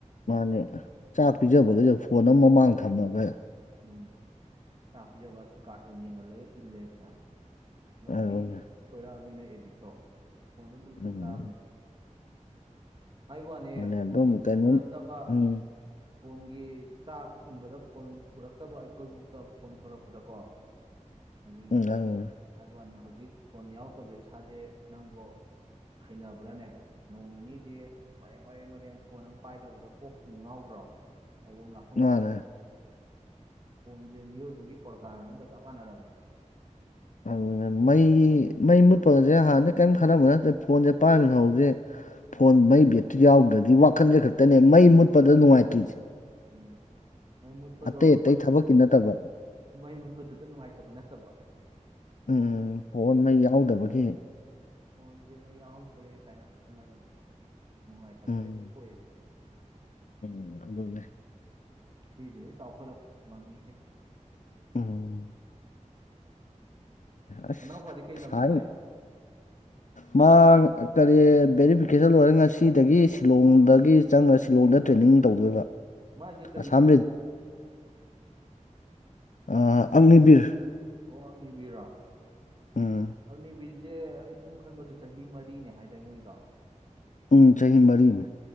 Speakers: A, on the left; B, on the right.
A: ꯃꯥꯅꯦ ꯆꯥꯛ ꯄꯤꯖꯕꯈꯩꯁꯨ ꯐꯣꯟ ꯑꯃ ꯃꯃꯥꯡ ꯊꯝꯃꯒ
B: ꯎꯝ ꯆꯥꯛ ꯄꯤꯖꯕꯁꯦ ꯀꯥꯔꯇꯨꯟ ꯌꯦꯡꯍꯜꯂꯒ ꯏꯜꯂꯦꯗꯅ ꯑꯗꯨꯝ
A: ꯑꯗꯨꯅꯦ
B: ꯄꯤꯛꯏꯉꯩ ꯁꯣꯏꯔꯛꯑꯕꯅꯤꯅ ꯑꯦꯗꯤꯛꯇꯣ ꯐꯣꯟꯗꯣ ꯑꯗꯨꯝ ꯆꯨ
A: ꯎꯝ
B: ꯇꯥꯕꯅꯦꯕ ꯍꯥꯏ ꯋꯥꯅꯦ
A: ꯃꯥꯅꯦ
B: ꯐꯣꯟ
A: ꯑꯗꯨꯝ
B: ꯁꯤꯖꯤꯟꯅꯔꯛꯇꯕ
A: ꯀꯩꯅꯣꯝ ꯎꯝ
B: ꯐꯣꯟꯒꯤ ꯆꯥꯛ ꯏꯟꯕꯗ ꯐꯣꯟ ꯎꯔꯛꯇꯕ ꯑꯩꯈꯣꯏꯐꯥꯎꯗ ꯐꯣꯟ ꯊꯣꯛꯂꯛꯄꯗꯀꯣ ꯑꯗꯨ
A: ꯎꯝ ꯑꯗꯨꯅꯦ
B: ꯍꯥꯏ ꯋꯥꯅꯤ ꯍꯧꯖꯤꯛ ꯍꯧꯖꯤꯛ ꯐꯣꯟ ꯌꯥꯎꯗꯕꯗ ꯏꯁꯥꯁꯦ ꯅꯪꯕꯨꯣ ꯍꯩꯅꯕ꯭ꯔꯥꯅꯦ ꯅꯣꯡ ꯅꯤꯅꯤꯗꯤ ꯃꯔꯦꯡ ꯃꯔꯦꯡ ꯃꯔꯦꯡ ꯐꯣꯟ ꯑꯃ ꯄꯥꯏꯗꯕꯗ ꯀꯣꯛ ꯉꯥꯎꯗꯕ ꯭ꯔꯣ ꯇꯧꯐꯝ ꯂꯥꯛꯐꯝ ꯈꯪꯗꯗꯅ
A: ꯃꯥꯅꯦ
B: ꯐꯣꯟꯁꯦ ꯃꯤꯑꯣꯏꯕꯒꯤ ꯑꯣꯔꯒꯥꯟ ꯑꯃꯒ ꯆꯞ ꯃꯥꯟꯅꯔꯝꯃꯦ ꯍꯥꯏꯕ
A: ꯑꯗꯨꯅ ꯃꯩ ꯃꯩ ꯃꯨꯠꯄꯒꯁꯦ ꯍꯥꯟꯅꯗꯤꯩ ꯀꯔꯤꯝ ꯈꯜꯂꯝꯕ ꯅꯠꯇꯦ ꯐꯣꯟꯁꯦ ꯄꯥꯔꯝꯃꯤꯅ ꯍꯧꯁꯦ ꯐꯣꯟ ꯃꯩ ꯕꯦꯇ꯭ꯔꯤ ꯌꯥꯎꯗ꯭ꯔꯗꯤ ꯋꯥꯈꯟꯁꯦ ꯈꯛꯇꯅꯦ ꯃꯩ ꯃꯨꯠꯄꯗ ꯅꯨꯡꯉꯥꯏꯇ꯭ꯔꯤꯁꯦ
B: ꯑꯣ ꯃꯩ ꯃꯨꯠꯄꯗꯣ
A: ꯑꯇꯩ ꯑꯇꯩ
B: ꯃꯩ ꯃꯨꯠꯄꯗꯨꯗ
A: ꯊꯕꯛꯀꯤ ꯅꯠꯇꯕ
B: ꯃꯩ ꯃꯨꯠꯄꯗꯨꯗ ꯅꯨꯡꯉꯥꯏꯇꯕ ꯅꯠꯇꯕ
A: ꯎꯝ ꯐꯣꯟ ꯃꯩ ꯌꯥꯎꯗꯕꯒꯤ
B: ꯄꯨꯖꯦ ꯃ ꯑꯍꯧꯗ ꯔꯦ ꯀꯥꯏꯅ ꯈꯜꯂꯒꯅꯤ ꯅꯨꯡꯉꯥꯏꯇꯕꯁꯦ
A: ꯎꯝ
B: ꯊꯣꯛꯣꯛꯑꯦꯕ
A: ꯎꯝ ꯑꯗꯨꯗꯟꯅꯦ
B: ꯁꯤꯁꯤ ꯆꯥꯎꯥꯈꯜꯂꯛ ꯃꯝꯃꯤ
A: ꯎꯝ ꯑꯁ
B: ꯅꯅꯥꯎꯄꯥꯗꯤ ꯀꯩ
A: ꯁ
B: ꯂꯝꯗ ꯇꯥꯏꯕ
A: ꯃꯥ ꯀꯔꯤ ꯕꯦꯔꯤꯐꯤꯀꯦꯁꯟ ꯂꯣꯏꯔꯦ ꯉꯁꯤꯗꯒꯤ ꯁꯤꯂꯣꯡꯗꯒꯤ ꯆꯪꯉ ꯁꯤꯂꯣꯡꯗ ꯇ꯭ꯔꯦꯅꯤꯡ ꯑꯗꯨꯝ ꯇꯧꯗꯣꯏꯕ
B: ꯃꯥꯖꯤꯦ ꯀꯔꯤ
A: ꯑꯁꯥꯝ
B: ꯆꯤꯔꯤ
A: ꯑ ꯑꯒꯅꯤꯕꯤꯔ
B: ꯑꯣ ꯑꯪꯅꯤꯕꯤꯔꯣ
A: ꯎꯝ
B: ꯑꯪꯅꯤ ꯁꯦ ꯑꯩ ꯁꯨꯝ ꯈꯟꯕꯗ ꯆꯍꯤ ꯃꯔꯤꯅꯦ ꯍꯥꯏꯗꯥꯏ ꯃꯣꯏꯗꯣ
A: ꯎ ꯆꯍꯤ ꯃꯔꯤꯅ